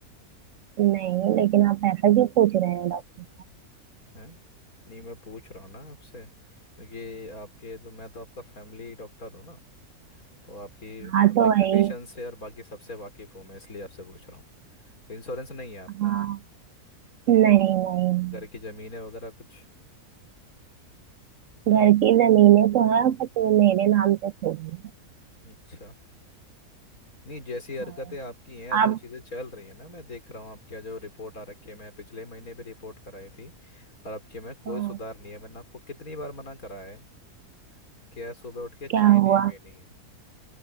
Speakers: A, on the right; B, on the left.
A: है। नहीं लेकिन आप ऐसा क्यों पूछ रहे हैं डॉक्टर
B: है नहीं मैं पूछ रहा हूँ ना आपसे क्योंकि आपके तो मैं तो आपका फैमिली डॉक्टर हूँ ना तो आपकी फैमिली
A: हाँ तो
B: कंडीशन
A: भाई
B: से और बाकी सबसे वाकिफ़ हूँ मैं इसलिए आपसे पूछ रहा हूँ तो इंश्योरेंस नहीं है आपका
A: हाँ नहीं नहीं
B: घर की जमीनें वगैरह कुछ
A: घर की जमीनें तो है बट वो मेरे नाम पे थोड़ी है
B: अच्छा नहीं जैसी हरकतें
A: हाँ,
B: आपकी हैं जो
A: आप
B: चीज़ें चल रही है ना मैं देख रहा हूँ आपकी जो रिपोर्ट आ रखी है मैं पिछले महीने भी रिपोर्ट कराई थी और आपके में कोई
A: हाँ,
B: सुधार नहीं है मैंने आपको कितनी बार मना करा है कि यार सुबह उठ के चाय
A: क्या हुआ
B: नहीं पीनी है